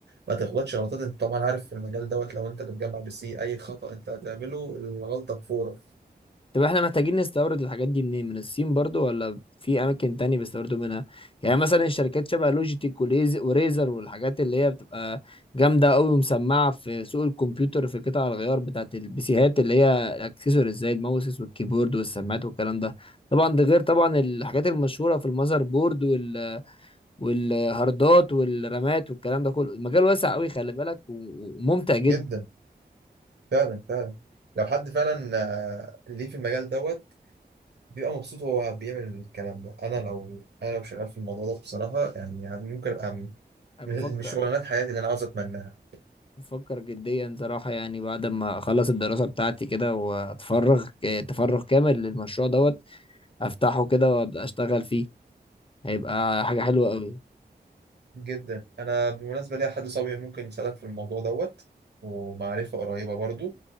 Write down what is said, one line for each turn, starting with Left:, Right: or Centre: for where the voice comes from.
Right: ما تغلطش غلطات انت طبعا عارف في المجال دوت لو انت بتجمع بسي اي خطأ انت هتعمله الغلطة بفورة
Left: طب احنا محتاجين نستورد الحاجات دي منين من الصين برضو ولا في اماكن تانية بيستوردوا منها يعني مثلا الشركات شبه لوجيتك وليز وريزر والحاجات اللي هي بتبقى جامدة قوي ومسمعة في سوق الكمبيوتر في قطع الغيار بتاعت البيسيهات اللي هي الاكسسوارز زي الماوسز والكيبورد والسماعات والكلام ده طبعا ده غير طبعا الحاجات المشهورة في المذر بورد وال... والهاردات والرامات والكلام ده كله المجال واسع قوي خلي بالك و- وممتع جدا
Right: جدا فعلا فعلا لو حد فعلا آه، ليه في المجال دوت بيبقى مبسوط وهو بيعمل الكلام ده انا لو انا لو شغال في الموضوع ده بصراحة يعني يعني ممكن ابقى من
Left: انا
Right: من
Left: بفكر
Right: شغلانات حياتي اللي انا عاوز اتمناها
Left: بفكر جديا صراحة يعني بعد ما أخلص الدراسة بتاعتي كده وأتفرغ ك- تفرغ كامل للمشروع دوت أفتحه كده وأبدأ أشتغل فيه هيبقى حاجة حلوة أوي
Right: جدا انا بالمناسبه ليا حد صاحبي ممكن يساعدك في الموضوع دوت ومعرفه قريبه برضو